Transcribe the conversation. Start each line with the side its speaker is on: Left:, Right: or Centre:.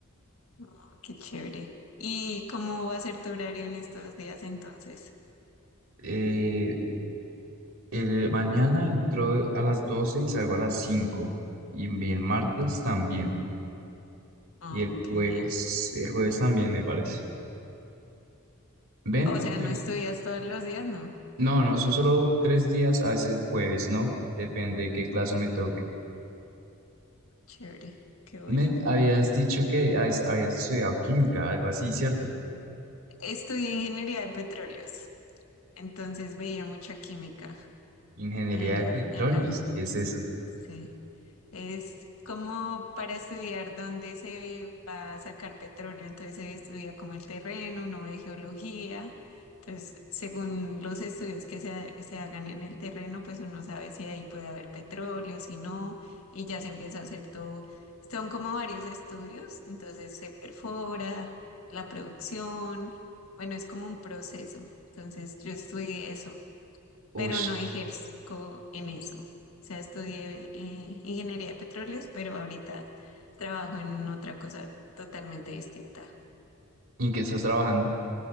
Left: Oh, qué chévere. ¿Y cómo va a ser tu horario en estos días entonces?
Right: Eh, el, mañana entro a las 12 y salgo a las 5 y el martes también
Left: Oh,
Right: y el
Left: qué
Right: jueves,
Left: bien.
Right: el jueves también me parece. Ven,
Left: O sea,
Right: pero
Left: ¿no estudias todos los días? No.
Right: no, no, son solo tres días, a veces el jueves, ¿no? Depende de qué clase me toque.
Left: Chévere, qué bueno.
Right: Men, habías dicho que has- habías estudiado química, algo así, ¿cierto?
Left: Estudié ingeniería de petróleos, entonces veía mucha química
Right: Ingeniería
Left: en,
Right: de petróleos,
Left: en la
Right: ¿y qué es eso?
Left: universidad. Es como para estudiar dónde se va a sacar petróleo, entonces se estudia como el terreno, uno de geología, entonces según los estudios que se, ha- se hagan en el terreno, pues uno sabe si ahí puede haber petróleo, si no, y ya se empieza a hacer todo. Son como varios estudios, entonces se perfora la producción, bueno, es como un proceso, entonces yo estudié eso
Right: Ush,
Left: pero no ejerzo en eso. O sea, estudié eh, ingeniería de petróleos, pero ahorita trabajo en otra cosa totalmente distinta.
Right: ¿y en qué estás trabajando?